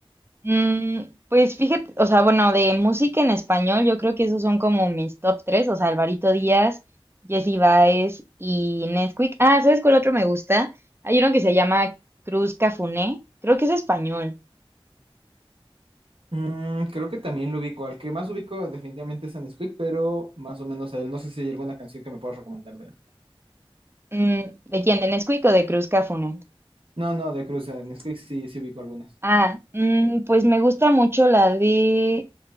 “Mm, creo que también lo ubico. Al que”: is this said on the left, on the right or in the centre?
Right